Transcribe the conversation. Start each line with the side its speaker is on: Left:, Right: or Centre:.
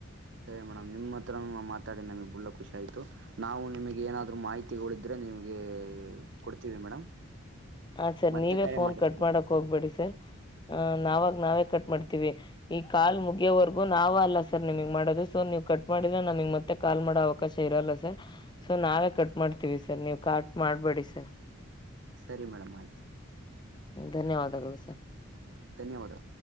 Right: ಸರಿ ಮೇಡಮ್ ನಿಮ್ಮ ಹತ್ರನು ನಾವ್ ಮಾತಾಡಿ ನಮಗ್ ಬುಳ್ಳ ಖುಷಿ ಆಯ್ತು ನಾವು ನಿಮಗೆ ಏನಾದ್ರು ಮಾಹಿತಿಗೊಳಿದ್ರೆ ನಿಮಗೆ ಎ ಕೊಡ್ತೀವಿ ಮೇಡಮ್.
Left: ಹ ಸರ್
Right: ಮತ್ತೆ
Left: ನೀವೇ
Right: ಕರೆ
Left: ಫೋನ್
Right: ಮಾಡಿ
Left: ಕಟ್ ಮಾಡಕ್ ಹೋಗ್ಬೇಡಿ ಸರ್ ಅ ನಾವಾಗ್ ನಾವೇ ಕಟ್ ಮಾಡ್ತೀವಿ ಈ ಕಾಲ್ ಮುಗಿಯೋವರೆಗೂ ನಾವ ಅಲ್ಲ ಸರ್ ನಿಮಗ್ ಮಾಡೋದು ಸೊ ನೀವ್ ಕಟ್ ಮಾಡಿದ್ರ ನಮಗ್ ಮತ್ತೆ ಕಾಲ್ ಮಾಡೋ ಅವಕಾಶ ಇರಲ್ಲ ಸರ್ ಸೊ ನಾವೇ ಕಟ್ ಮಾಡ್ತೀವಿ ಸರ್ ನೀವ್ ಕಟ್ ಮಾಡ್ಬೇಡಿ ಸರ್.
Right: ಸರಿ ಮೇಡಮ್ ಆಯ್ತು.
Left: ಧನ್ಯವಾದಗಳು ಸರ್.
Right: ಧನ್ಯವಾದ